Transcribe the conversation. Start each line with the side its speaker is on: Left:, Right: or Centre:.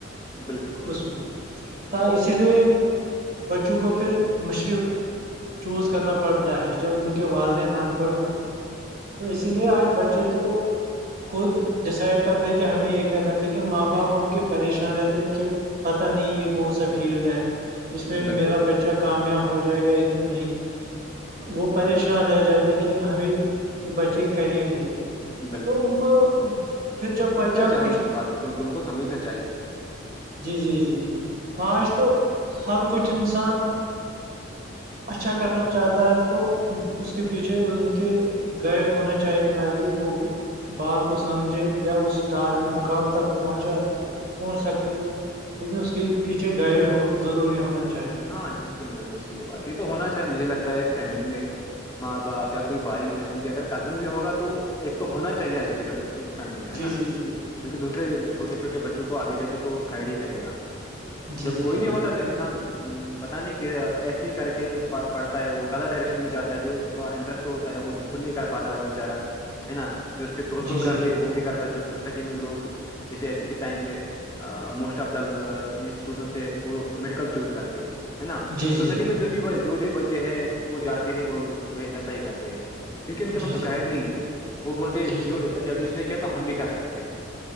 Left: بالکل بالکل
Right: اس میں تا اسی لیے بچوں کو پھر مشکل چوز کرنا پڑتا ہے جب ان کے والدین ان پڑھ ہو تو اسی لیے آج
Left: بالکل
Right: بچے تو خود ڈیسائڈ کرتے کہ ہمیں ایک کر رہے ہیں لیکن ماں باپ ان کے پریشان رہتے ہیں کہ پتا نہیں یہ کون سا فیلڈ ہے اس میں
Left: بالکل
Right: میرا بچہ کامیاب ہو جائے گا کہ نہیں وہ پریشان رہ جاتا ہے کہ ہمیں یہ بچے کریں گے کیا
Left: بالکل
Right: تو ان کو پھر جب بچک
Left: اہ اس بات کو بالکل ان کو سمجھنا چاہیے
Right: جی جی جی آج تو ہر کچھ انسان اچھا کرنا چاہتا ہے تو اس کے
Left: بالکل
Right: پیچھے ان کے گائڈ ہونا چاہیے تاکہ وہ بات کو سمجھے یا اس ار مقام تک پہنچا پہنچ سکتے لیکن اس کے
Left: بالکل
Right: پیچھے گائیڈ ہو ضروری ہونے چاہیے
Left: ہاں بالکل بالکل صحیح بات یہ تو ہونا چاہے مجھے لگتا ہے فیملی میں ماں باپ یا کوئی بھائی بہن بھی اگر کزن بھی ہوگا تو ایک تو ہونا چاہیے آج ایک فیملی میں
Right: جی
Left: ہے نا
Right: جی جی
Left: جو کہ دوسرے چھوٹے چھوٹے بچوں کو آگے جا کے تو گائڈ ہی کرے گا
Right: جی
Left: جب
Right: جی
Left: کوئی
Right: جی
Left: نہیں ہوتا تو انسان پتا نہیں کہ ایسے ہی کر کے پڑھتا ہے وہ غلط ڈائریکشن میں جاتا ہے جو اس کا انٹرسٹ ہوتا ہے وہ بالکل نہیں کر پاتا وہ بچارا ہے نا جو اس کے دوست
Right: جی
Left: لوگ
Right: جی
Left: کرتے ہیں وہ بھی کرتا ہے جو سوسائٹی میں لوگ جیسے ابھی کے ٹائم پہ موسٹ آف دا یہ اسٹوڈنٹس ہے وہ میڈیکل چوز کر رہے ہےا
Right: جی
Left: تو سوسائٹی
Right: جی
Left: میں جو بچے ہے وہ جاتے ہیں وہ ویسا ہی کرتے ہیں کیونکہ ان
Right: جی
Left: کے پاس کوئی
Right: جی
Left: گائڈ نہیں ہے وہ بولتے
Right: جی جی
Left: جو جب اس نے کیا تو ہم بھی کر سکتے ہیں